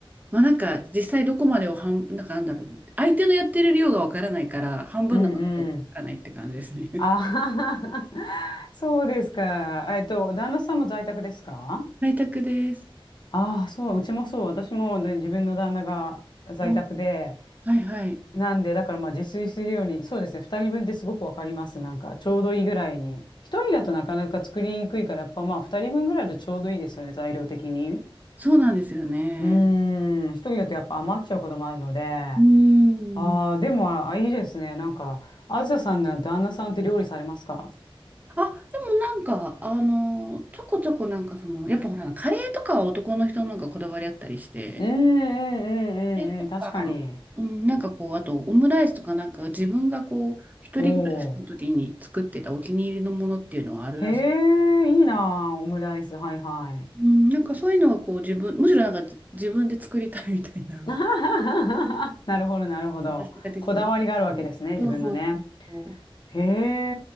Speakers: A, on the right; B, on the left.
A: まあなんか実際どこまでを半、なんかなんだろう、相手のやってる量がわからないから、半分なのかどうかわからないって感じですね。
B: うんうん。
A: <laughs>
B: ああ、<laughs> そうですか。えっと、旦那さんも在宅ですか
A: 在宅です。
B: ああ、そう、うちもそう、私もで自分の旦那が在宅で、
A: おはいはい。
B: なんで、だからまあ自炊するように、そうですね、2人分ってすごくわかります。なんか、ちょうどいいぐらいに。1人だとなかなか作りにくいから、やっぱまあ2人分ぐらいだとちょうどいいですよね、材料的に。
A: そうなんですよね。
B: うーん、1人だとやっぱ余っちゃうこともあるので、あ
A: うーん。
B: あ、でも、あ、いいですね。なんか、あずささんの旦那さんって料理されますか
A: あ、でもなんか、あのーちょこちょこなんかその、やっぱほら、カレーとかは男の人の方がこだわりあったりして、
B: うんうんうんうんうん、
A: れとか、
B: 確かに。
A: うん、なんかこう、あとオムライスとかなんか自分がこう、一人暮らしの時に作ってたお気に入りのものっていうのはあるらしい。
B: おお。へえ、いいなあ、オムライス、はいはい。
A: うん、なんかそういうのはこう自分、むしろなんか自分で作りたいみたいな。
B: <laughs> なるほど、なるほど。
A: 私ができた。
B: こだわりがあるわけですね、
A: うん、
B: 自分のね。
A: そうそうそう。
B: へ